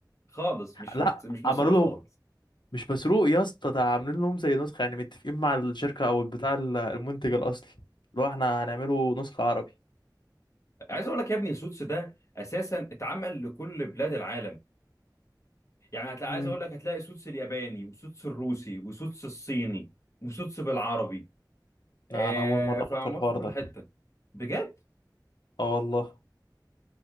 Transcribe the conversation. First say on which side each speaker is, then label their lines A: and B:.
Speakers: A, on the left; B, on the left.
A: خالص مش
B: لا
A: مت- مش مسروق
B: عملوا
A: خالص
B: لهم مش مسروق يا اسطى ده عاملين لهم زي نسخة يعني متفقين مع الشركة او بتاع المنتج الاصلي اللي هو احنا هنعمله نسخة عربي
A: عايز أقول لك يا ابني سوتس ده أساسا اتعمل لكل بلاد العالم يعني هتلاقي
B: امم
A: عايز أقول لك هتلاقي سوتس الياباني وسوتس الروسي وسوتس الصيني وسوتس بالعربي
B: لا
A: آه،
B: انا اول مرة
A: فمعمول
B: اعرف الحوار
A: في كل
B: ده
A: حته بجد
B: اه والله